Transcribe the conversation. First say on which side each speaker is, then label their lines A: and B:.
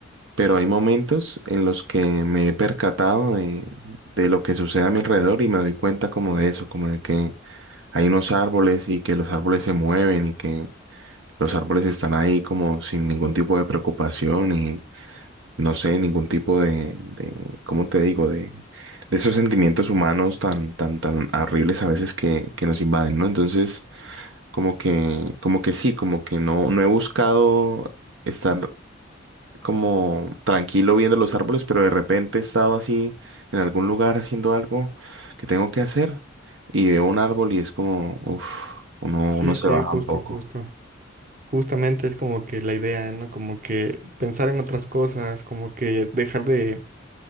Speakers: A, on the right (about 70°); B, on the right (about 45°).
A: pero hay momentos en los que me he percatado de, de lo que sucede a mi alrededor y me doy cuenta como de eso, como de que hay unos árboles y que los árboles se mueven y que Los árboles están ahí como sin ningún tipo de preocupación y no sé, ningún tipo de, de, ¿cómo te digo? De, de esos sentimientos humanos tan, tan, tan horribles a veces que, que nos invaden, ¿no? Entonces, como que, como que sí, como que no, no he buscado estar como tranquilo viendo los árboles, pero de repente he estado así en algún lugar haciendo algo que tengo que hacer y veo un árbol y es como, uff, uno,
B: Sí,
A: uno se
B: sí,
A: baja
B: justo,
A: un poco.
B: justo. Justamente es como que la idea, ¿no? Como que pensar en otras cosas, como que dejar de